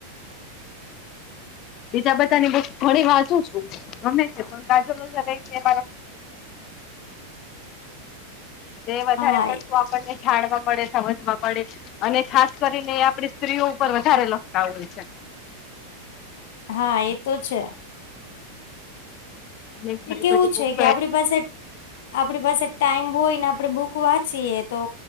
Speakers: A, on the left; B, on the left.
A: બીજા બધા ઘડી વાંચુ છુ ગમે છે, પણાજુ લેખક છે, તે વધારે
B: હા
A: પણું આપણને જાણવા મળે સમજવા પડે અને ખાસ કરીને એ આપડી સ્ત્રીઓ ઉપર વધારે લખતા હોય છે.
B: હા એ તો છે.
A: ઘણી
B: ને કેવું
A: બધી
B: છે
A: બુક
B: કે આપડી પાસે આપણી પાસે ટાઈમ હોય ને આપણે બુક વાંચીએ તો